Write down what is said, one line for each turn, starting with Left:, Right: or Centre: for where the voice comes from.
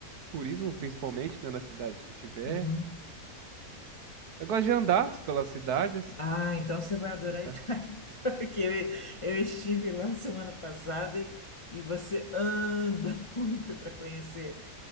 Right: turismo, principalmente, né, na cidade que eu tiver.
Left: Uhum.
Right: Eu gosto de andar pelas cidades.
Left: Ah, então você vai adorar
Right: e tá.
Left: a Itália, <laughs> porque eu, eu estive lá semana passada e, e você anda <laughs> muito para conhecer